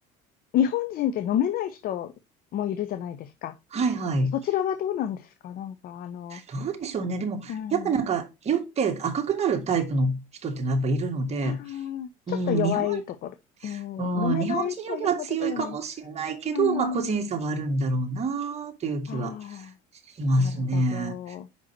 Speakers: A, on the left; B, on the right.
A: 日本人って飲めない人もいるじゃないですか。
B: はいはい。
A: そちらはどうなんですかなんか、あの、
B: どうでしょうね。でも、
A: うん。
B: やっぱなんか酔って赤くなるタイプの人っていうのはやっぱいるので、
A: ああ、ちょっと弱いところ。
B: うん、日本、
A: うん、
B: うん、
A: 飲めないというほどではない。
B: 日本人よりは強いかもしれないけど、
A: あー
B: まあ個人差はあるんだろうなという気は
A: あ
B: しますね。
A: ー、なるほど。